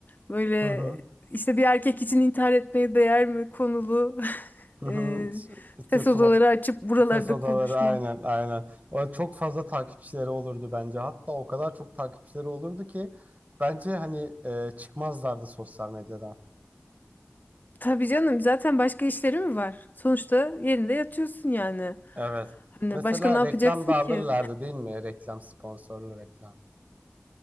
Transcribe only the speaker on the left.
Böyle
işte bir erkek için intihar etmeye değer mi konulu <laughs>
e,
ses
odaları açıp buralarda
konuşmak.
Tabii canım zaten başka işleri mi var? Sonuçta yerinde yatıyorsun yani.
Hani
başka ne yapacaksın
ki?